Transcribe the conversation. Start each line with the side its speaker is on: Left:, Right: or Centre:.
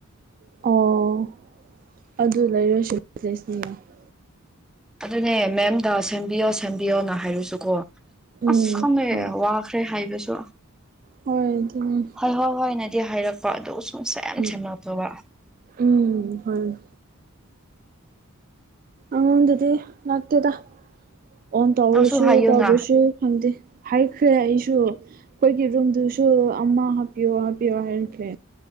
Right: ꯑꯣ ꯑꯗꯨ ꯂꯩꯔꯁꯨ <unintelligible>
Centre: ꯑꯗꯨꯅꯦ ꯃꯦꯝꯗ ꯁꯦꯝꯕꯤꯌꯣ ꯁꯦꯝꯕꯤꯌꯣꯅ ꯍꯥꯏꯔꯨꯁꯨꯀꯣ
Right: ꯎꯝ
Centre: ꯑꯁ ꯈꯪꯗꯦ
Right: ꯍꯣꯏ
Centre: ꯋꯥꯈ꯭ꯔꯦ ꯍꯥꯏꯕꯁꯨ
Right: ꯍꯣꯏ ꯑꯗꯨꯅꯦ
Centre: ꯍꯣꯏ ꯍꯣꯏ ꯍꯣꯏ ꯇ ꯍꯥꯏꯔꯛꯄ ꯑꯗꯨ ꯁꯨꯝ ꯁꯦꯝ
Right: ꯎꯝ
Centre: ꯁꯦꯝꯂꯛꯇꯕ
Right: ꯎꯝ ꯍꯣꯏ ꯑꯗꯗꯤ ꯂꯥꯛꯇꯗ ꯑꯣꯟ ꯇꯧꯔꯁꯨ
Centre: ꯅꯪꯁꯨ ꯍꯥꯏꯌꯨꯅ
Right: ꯇꯧꯗ꯭ꯔꯁꯨ ꯈꯪꯗꯦ ꯍꯥꯏꯈ꯭ꯔꯦ ꯑꯩꯁꯨ ꯑꯩꯈꯣꯏꯒꯤ ꯔꯨꯝꯗꯨꯁꯨ ꯑꯃ ꯍꯥꯞꯄꯤꯌꯣ ꯍꯥꯞꯄꯤꯌꯣ ꯍꯥꯏꯈ꯭ꯔꯦ